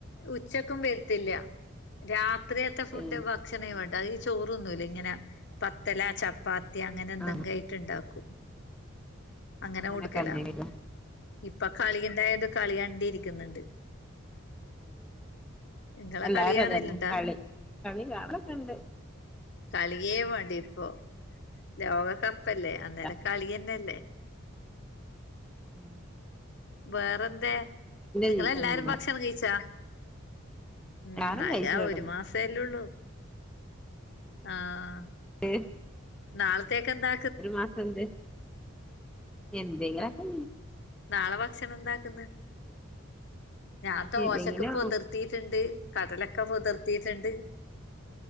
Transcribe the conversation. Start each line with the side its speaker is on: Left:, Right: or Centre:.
Left: ഉച്ചക്കും വരുത്തില്ല രാത്രിയത്തെ ഫുഡ്
Centre: ഏ
Left: ഭക്ഷണെ വേണ്ടു അ ചോറൊന്നല്ല ഇങ്ങനെ പത്തല ചപ്പാത്തി യ അങ്ങനെ എന്തെങ്ക
Centre: ആഹ്
Left: ട്ടുണ്ടാക്ക അങ്ങനെ
Centre: അങ്ങനെയൊക്കെ
Left: കൊടുക്കലന്ന്
Centre: തന്നെയാണല്ലോ
Left: ഇപ്പൊ കളിണ്ടായണ്ട് കളി കണ്ടി ഇരിക്കുന്നുണ്ട്
Centre: ഉം
Left: ഇങ്ങളെ
Centre: എല്ലാരും
Left: കളിയാണല്ണ്ടാ
Centre: അതന്നെ കളി കളി കാളൊക്കെ ഇണ്ട്
Left: കളിയേ വേണ്ടി ഇപ്പൊ ലോകകപ്പല്ലേ അന്നേരം
Centre: അല്ല
Left: കളിന്നെല്ലേ
Centre: ഉം
Left: വേറെന്തേ നിങ്ങളെല്ലാരും
Centre: ഇതി തന്നെയാണ്
Left: ഭക്ഷണം കഴിച്ചാ ഉം
Centre: എല്ലാരും
Left: അഴ
Centre: കഴിച്ചു കിടന്നു
Left: ഒരു മാസേല്ലള്ളൂ ആഹ്
Centre: ഏ
Left: നാളത്തേക്ക് എന്താ
Centre: ഒരു മാസം എന്ത എന്തെങ്കിലക്കെ
Left: നാളെ ഭക്ഷണം എന്താക്കന്ന് ഞാൻ ദോശക്കെ
Centre: ഏതെങ്കിലും
Left: പൊതിർ ത്തിയിട്ടുണ്ട് കടലൊക്കെ പുതിർത്തിയിട്ടുണ്ട്